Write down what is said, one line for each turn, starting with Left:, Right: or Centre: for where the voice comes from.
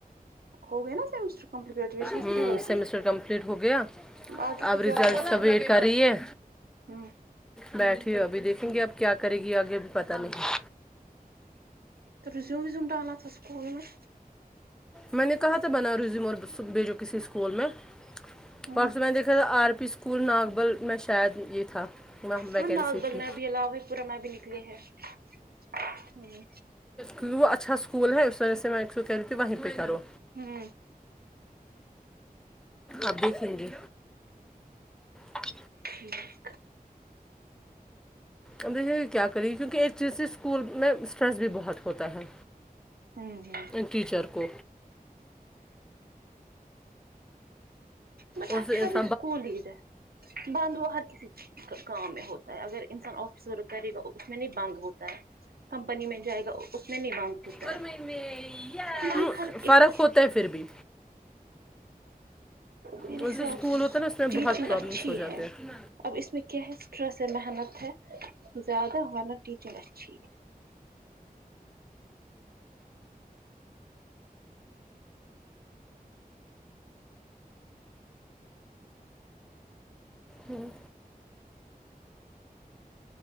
Right: ہو گئے نا سیمسٹر کمپلیٹ گریجویشن اس
Centre: ہوں
Right: کی ہوگئی
Centre: سیمسٹر کمپلیٹ ہو گیا
Right: آگے
Centre: اب
Right: کا
Centre: ریزلٹس
Right: کیا پلان
Centre: کا
Right: ہے
Centre: ویٹ کر رہی ہے
Right: ہ
Centre: بیٹھی ہو ابھی دیکھیں گے اب کیا کرے گی آگے ابھی پتہ نہیں
Right: تو ریزوم وزوم ڈالا تھا اسکول میں
Centre: میں نے کہا تھا بنا ریزیوم اور بیجو کسی اسکول میں
Right: ہمم
Centre: اوراس میں نے دیکھا تھا آر پی اسکول ناگبل میں شاید یہ تھا وہاں ویکینسی
Right: ہاں ناس بل
Centre: تھی
Right: میں بھی لو پورہ میں بھی نکلی ہے ہ
Centre: کی وہ اچھا اسکول ہے اس وجہ سے میں ایک کوو کہہ رہی تھی وہیں پہ کرو
Right: ہوں
Centre: ابھی سہی اچ
Right: ٹھیک
Centre: اندر جاکے کیا کریے کیونکہ ایک چیز سے اسکول میں اسٹریس بھی بہت ہوتا ہے
Right: ھممم
Centre: ٹیچر کو
Right: مطلب
Centre: اس
Right: اچھا
Centre: اس
Right: بھی اسکول ڈائس ہے بند وہ ہر کسی کام میں ہوتا ہے اگر انسان آفس ورک کرے گا اس میں نہیں بند ہوتا ہے کمپنی مل جائے گا اس میں بھی بنک ہوتا
Centre: پر
Right: ہے
Centre: میں میں
Right: بنک
Centre: ہوں،
Right: ہر ایک
Centre: فرق ہوتا ہے پھر بھی
Right: میرے
Centre: اس
Right: حساب
Centre: جو اسکول ہوتا ہے نا اس میں
Right: ٹیچنگ
Centre: بہت پرابلمس
Right: اچھی
Centre: ہو جاتے
Right: ہے
Centre: ہیں
Right: اب اس میں کیا ہے ٹرسٹ ہے محنت ہے زیادہ محنت ہی چاہے ٹیچنگ اچھی
Centre: ہم